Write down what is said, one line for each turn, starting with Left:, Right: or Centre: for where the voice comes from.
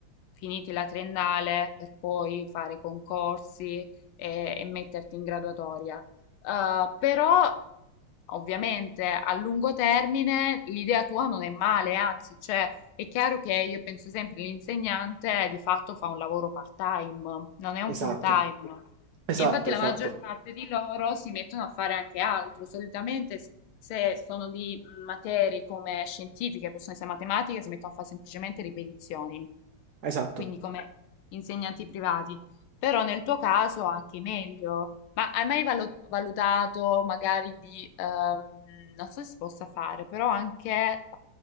Left: finiti la triennale, per poi fare i concorsi e e metterti in graduatoria. Eh, però ovviamente a lungo termine l'idea tua non è male, anzi, cioè, è chiaro che io penso sempre l'insegnante di fatto fa un lavoro part-time, non è un
Right: Esatto,
Left: full-time.
Right: esatto,
Left: E Infatti
Right: esatto,
Left: la maggior parte di loro si mettono a fare anche altro. Solitamente s- se sono di materie come scientifiche, possono essere matematiche, si mettono a fare semplicemente ripetizioni,
Right: esatto.
Left: quindi come insegnanti privati. Però nel tuo caso anche meglio. Ma hai mai valu- valutato magari di, ehm, non so se si possa fare, però anche, eh,